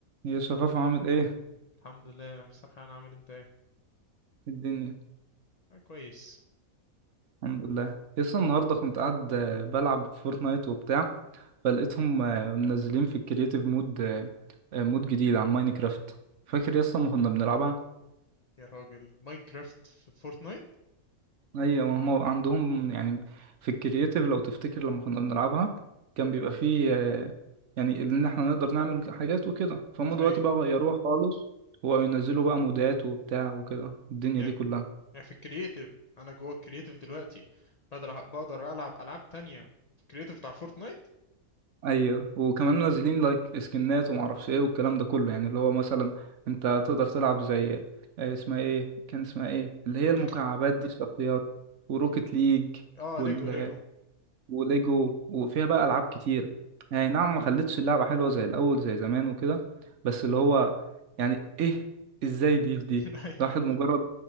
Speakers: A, on the right (about 65°); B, on the left (about 70°).
A: يا شفاف عامل ايه إيه
B: الحمد لله يا مستر حنان عامل إيه؟ انت ايه
A: الدنيا
B: آه، كويس
A: الحمد لله لسه النهارده كنت قاعد آه، بلعب فورتنايت وبتاع فلقيتهم آه، منزلين في الكرييتيف مود آه، آه، مود جديد عن ماينكرافت فاكر لسه ما كنا بنلعبها
B: يا راجل ماينكرافت في فورتنايت
A: ايوه وهم عندهم يعني في الكرييتيف لو تفتكر لما كنا بنلعبها كان
B: مم.
A: بيبقى فيه آه، يعني ان احنا نقدر نعمل حاجات وكده فهم دلوقتي
B: اي
A: بقى غيروها خالص وينزلوا بقى مودات وبتاع وكده الدنيا
B: يعني
A: دي كلها
B: يعني في الكرييتيف انا جوه الكرييتيف دلوقتي بقدر بقدر العب العاب تانية في الكرييتيف بتاع فورتنايت
A: ايوه وكمان منزلين لايك سكنات وما اعرفش ايه والكلام ده كله يعني اللي هو مثلا انت تقدر تلعب زي آه، اسمها ايه كان اسمها ايه اللي هي
B: روكت
A: المكعبات دي الشخصيات وروكيت ليج
B: اه
A: وال...
B: ليجو ليجو
A: وليجو وفيها
B: مم.
A: بقى العاب كتير يعني نعم ما خلتش اللعبه حلوه زي الاول زي زمان وكده بس اللي
B: اه
A: هو يعني ايه ازاي دي في دي
B: <laughs> ايوه
A: الواحد مجرد